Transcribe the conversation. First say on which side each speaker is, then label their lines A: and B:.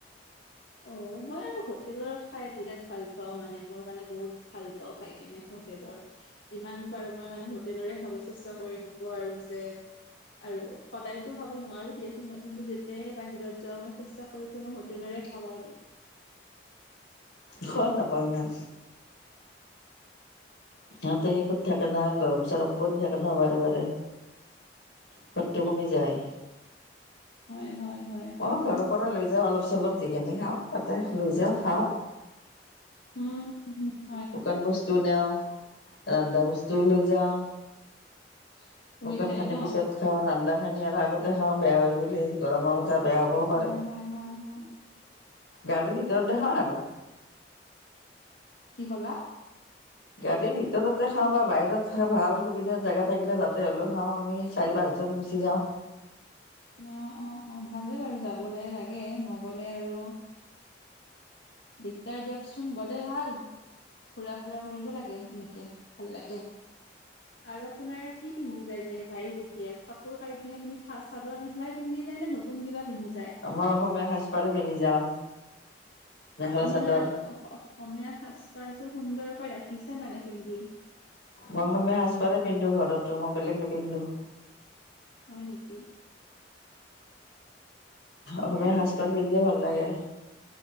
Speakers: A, on the left; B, on the left.
A: অ', মই আৰু হোটেলৰ খাই বিৰাট ভাল পাওঁ মানে, মোৰ মানে বহুত ভাল পাওঁ খাই কিনে হোটেলৰ, যিমান পাৰো মই মানে হোটেলৰে খাব চেষ্টা কৰি থাকো আৰু যে আৰু সদায়তো খাব নোৱাৰো দিয়াচোন, মই কিন্তু যেতিয়াই বাহিৰত যাওঁ মই চেষ্টা কৰো যে মই হোটেলৰে <unintelligible>
B: সোৱাদ নাপাওঁ ইমান। সিহঁতে সেই কৰি থাকে না, গৰম চৰম কৰি থাকে না বাৰে-বাৰে। সোৱাদটো কমি যায়।
A: হয় হয়-হয়।
B: অ', ঘৰৰ পৰা লৈ যাওঁ অলপ চলপ যিখিনি খাওঁ তাতে লৈ যাওঁ, খাওঁ।
A: উম, হুম। <inaudible>
B: শুকান বস্তুও নিউ, ৰন্ধা বস্তুও লৈ যাও।
A: <inaudible>
B: শুকান
A: যায়
B: খিনি
A: ন?
B: পিছত খাওঁ, ৰন্ধা খানি আৰু আগতে খাওঁ বেয়া হয় বুলি, গৰমৰ কথা বেয়া হ'ব।
A: হয়-হয়-হয়-হয়।
B: গাড়ী ভিতৰতে খাওঁ আৰু।
A: কি ক'লা?
B: গাড়ীৰ ভিতৰতে খাওঁ বা বাহিৰত ভাল সুবিধা জাগা থাকিলে তাতে হলেও খাওঁ আমি। চাৰি পাঁচজন গুচি যাওঁ।
A: অ', অ', অ', ভালে বাৰু যাবলে লাগে, নগলে আৰু দিগদাৰ দিয়কচোন, গলে ভাল। ঘুৰা ফুৰা কৰিব লাগে এনেকে, ভাল লাগে। আৰু আপোনাৰ কি পিন্ধি যায় যে যায় যেতিয়া, কাপোৰ কাট আপুনি চাদৰ মেখেলাই পিন্ধি যায় নে ন নতুন কিবা পিন্ধি যায়?
B: মই অসমীয়া সাজপাৰ পিন্ধি যাওঁ। মেখেলা
A: আপুনি
B: চাদৰ
A: মানে আ-অসমীয়া সাজ পাৰ চোৰ সুন্দৰকৈ ৰাখিছে মানে পিন্ধি?
B: মই অসমীয়া সাজপাৰে পিন্ধো ঘৰতো মই বেলেগ নিপিন্ধো।
A: হয় নেকি? ঠিকে
B: অসমীয়া
A: আছে
B: সাজপাৰ
A: দিয়ক
B: পিন্ধেয়ে ভাল লাগে।